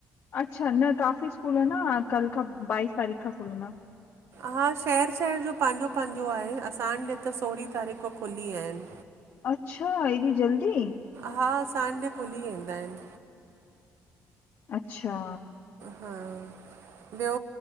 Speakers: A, on the left; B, on the right.
A: अच्छा न काफ़ी स्कूल ह न कल्ह खां बाईस तारीख़ खां खुलंदा
B: हा शहर शहर जो पंहिंजो पंहिंजो आहे असां ॾे त सोरहीं तारीख़ खौ खुली विया आहिनि
A: अचछा इॾी जल्दी
B: हा असां ॾे खुली वेंदा आहिनि
A: अच्छा
B: हा ॿियो